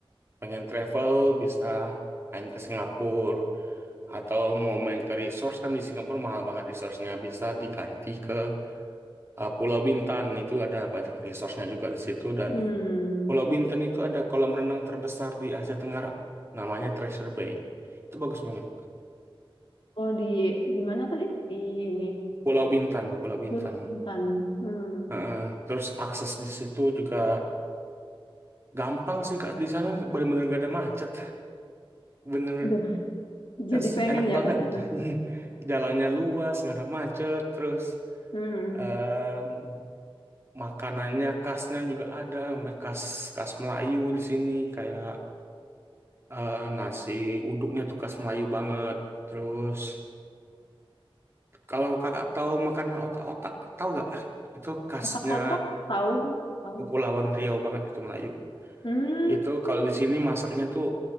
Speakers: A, on the right; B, on the left.
A: pengen travel bisa main ke Singapura. Atau mau main ke resource kan di Singapura mahal banget resource-nya. Bisa diganti ke uh, Pulau Bintan. Itu ada banyak resource-nya juga di situ. Dan
B: Hmm,
A: Pulau Bintan itu ada kolam renang terbesar di Asia Tenggara. Namanya Treasure Bay. Itu bagus banget.
B: Oh, di di mana tadi? Di ini,
A: Pulau Bintan, Pulau Bintan.
B: Pulau Bintan. hmm,
A: Heeh. terus akses di situ juga gampang sih Kak. Di sana bener-bener gak ada macet. Bener
B: Duh, jadi
A: es,
B: pengen
A: enak
B: ya
A: banget.
B: ke sana.
A: <laughs> Jalannya luas, nggak ada macet. Terus
B: hmm,
A: mmm, makanannya khasnya juga ada me- khas khas Melayu di sini kayak eh, nasi uduknya tuh khas Melayu banget terus kalau kakak tahu makanan otak-otak tahu gak itu khasnya
B: Kotak-kotak tahu, tahu.
A: Kepulauan Riau banget itu Melayu
B: hmm,
A: itu kalau di sini masaknya tuh